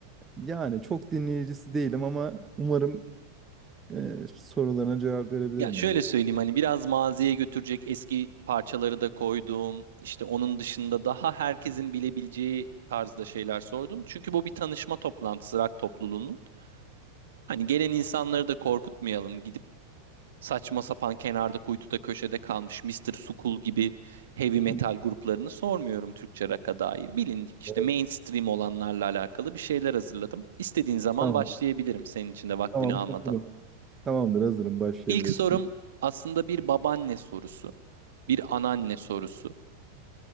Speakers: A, on the right (about 15°); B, on the right (about 60°).
A: Yani çok dinleyicisi değilim ama umarım eh, sorularına cevap verebilirim
B: Ya şöyle
A: ya.
B: söyleyeyim hani biraz maziye götürecek eski parçaları da koydum. İşte onun dışında daha herkesin bilebileceği tarzda şeyler sordum. Çünkü bu bir tanışma toplantısı rock topluluğunun. Hani gelen insanları da korkutmayalım. Gidip saçma sapan kenarda kuytuda köşede kalmış Mister Sukul gibi heavy metal
A: <laughs>
B: gruplarını sormuyorum Türkçe rock'a dair. Bilindik işte
A: Evet,
B: mainstream olanlarla alakalı bir şeyler hazırladım. İstediğin zaman
A: Tamam.
B: başlayabilirim senin için de vaktini
A: Tamam
B: almadan.
A: hazırım. Tamamdır hazırım başlayabilirsin.
B: İlk sorum aslında bir babaanne sorusu. Bir anneanne sorusu.